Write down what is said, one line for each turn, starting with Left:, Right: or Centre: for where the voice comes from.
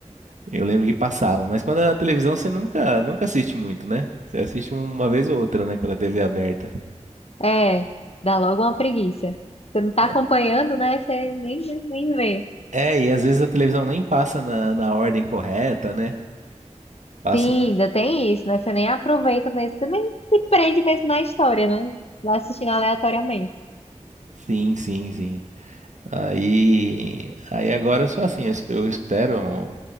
Right: Eu lembro que passava, mas quando é na televisão você nunca, nunca assiste muito, né? Você assiste uma vez ou outra, né? Quando a TV é aberta.
Left: é, dá logo uma preguiça. Você não tá
Right: É,
Left: acompanhando, né? Você nem, nem vê.
Right: é, e às vezes a televisão nem passa na, na ordem correta, né? Passa.
Left: Sim, ainda tem isso, né? Você nem aproveita mesmo, você nem se prende mesmo na história, né? Vai assistindo aleatoriamente.
Right: Sim, sim, sim. Aí, aí agora eu sou assim, eu espe- eu espero.